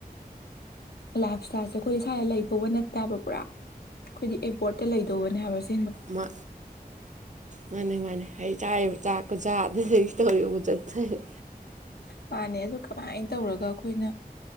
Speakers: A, on the left; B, on the right.
A: ꯂꯥꯏꯐ ꯏꯁꯇꯥꯏꯜꯁꯦ ꯑꯩꯈꯣꯏꯗꯤ ꯁ꯭ꯋꯥꯏꯗ ꯂꯩꯗꯧꯕ ꯅꯠꯇꯦꯕ ꯄꯨꯔꯥ ꯑꯩꯈꯣꯏꯗꯤ ꯑꯦꯕꯣꯔꯠꯇ ꯂꯩꯗꯧꯕꯅꯦ ꯍꯥꯏꯕꯁꯦ
B: ꯃꯥ ꯃꯥꯅꯤ ꯃꯥꯅꯤ ꯑꯩꯩ ꯆꯥꯔꯤꯕ ꯆꯥꯛ ꯈꯨꯆꯥꯥ ꯑꯗꯨꯗꯨꯒꯤ <unintelligible>
A: ꯃꯥꯥꯅꯦ ꯑꯗꯨ ꯀꯃꯥꯏꯅ ꯇꯧꯔꯒ ꯑꯩꯈꯣꯏꯅ